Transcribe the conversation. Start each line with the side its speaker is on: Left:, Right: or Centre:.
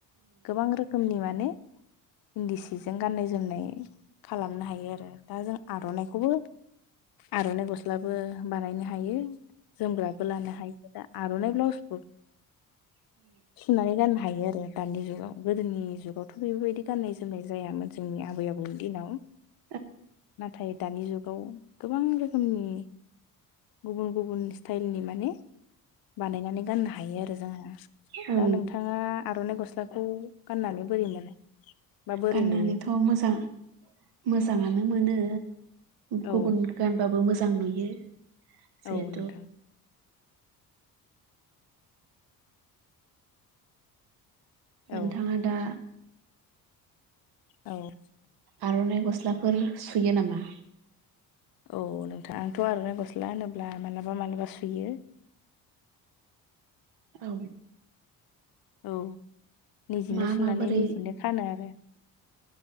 Left: गोबां रोखोमनि माने इन्दि सिजों गान्नाय जोमनाय खालामनो हायो आरो। दा जों आर'नाइखौबो आर'नाइ गस्लाबो बानायनो हायो। जोमग्राबो लानो हायो दा आर'नाइ ब्लाउसबो। सुनानै गान्नो हायो आरो। दानि जुगाव गोदोनि जुगावथ' बेफोरबायदि गान्नाय जोमनाय जायामोन जोंनि आबै आबौनि दिनाव।
Right: औ
Left: नाथाय दानि जुगाव गोबां रोखोमनि गुबुन गुबुन स्टायलनि माने बानायनानै गान्नो हायो आरो जोङो
Right: औ
Left: दा नोंथाङा आर'नाइ गस्लाखौ गान्नानै बोरै मोनो। बा बोरै
Right: गान्नानैथ'
Left: नुयो
Right: मोजां मोजाङानो मोनो।
Left: औ
Right: गुबुन गानबाबो मोजां नुयो। जिहेथु
Left: औ नोंथां।
Right: नोंथाङा
Left: औ
Right: दा
Left: औ
Right: आर'नाइ गस्लाफोर सुयो नामा।
Left: औ नोंथां आंथ' आर'नाइ गस्ला होनोब्ला मालाबा मालाबा सुयो।
Right: औ।
Left: औ निजिनो
Right: मा
Left: सुनानै
Right: माबोरै
Left: निजिनो खानो आरो।